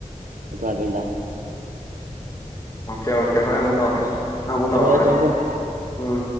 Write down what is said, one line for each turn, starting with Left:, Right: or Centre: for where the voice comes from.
Right: ꯑꯗꯨ ꯍꯥꯏꯕꯩꯟꯗ
Left: ꯑꯣꯀꯦ ꯑꯣꯀꯦ ꯍꯣꯔꯦ ꯑꯃꯨꯛ ꯇꯧꯔꯛꯀꯦ ꯅꯪ ꯑꯃꯨꯛ ꯇꯧꯔꯣꯑꯣ
Right: ꯍꯣꯏ
Left: ꯍꯣꯔꯦ
Right: ꯊꯝꯃꯦ ꯊꯝꯃꯦ
Left: ꯎꯝ